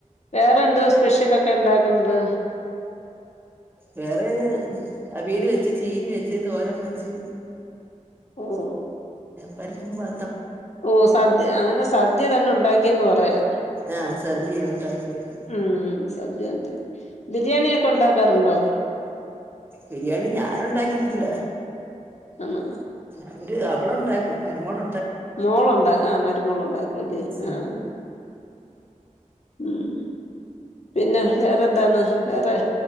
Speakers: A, on the left; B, on the right.
A: വേറെ എന്തോ സ്പെഷ്യലൊക്കെ ഉണ്ടാക്കുന്നത്
B: വേറെ വീട് വെച്ച് ചീനി വെച്ച് തോരം വെച്ച്
A: ഓഹ്
B: പരിപ്പും പാ
A: ഓ സദ്യ അങ്ങനെ സദ്യ തന്നെ ഉണ്ടാക്കിയന്ന് പറയാം
B: ആഹ് സദ്യയാ ഉണ്ടാക്കിയത്
A: ഉം സദ്യണ്ട് ബിരിയാണിയൊക്കെ ഉണ്ടാക്കാറുണ്ടോ
B: ബിരിയാണി ഞാന് ഉണ്ടാക്കിയിട്ടില്ല
A: ആണോ
B: അവര് അവള് ഉണ്ടാക്കും മരുമോള്
A: മോളുണ്ട് ആ മരുമോളുണ്ട് അതെ
B: ഉം
A: ആഹ് ഉം പിന്നെ വേറെന്താണ് വേറെ